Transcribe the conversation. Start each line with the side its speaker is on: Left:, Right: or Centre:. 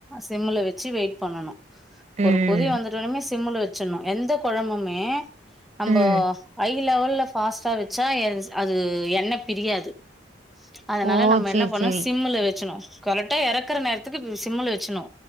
Centre: சிம்முல வச்சு வெயிட் பண்ணணோ ஒரு
Right: ம்
Centre: கொதி வந் துனுமே சிம்முல வச்சுணோ எந்த கொழம்புமே நம்போ
Right: ம்
Centre: ஹை லெவல்ல ஃபாஸ்ட்டா வச்சா அ அது எண்ண பிரியாது அதனால
Right: ஓ
Centre: நம்ம
Right: சேரி
Centre: என்ன பண்ணு
Right: சேரி
Centre: சிம்முல வச்சுணோ கரெக்டா எறக்குற நேரத்துக்கு சிம்முல வச்சுணோ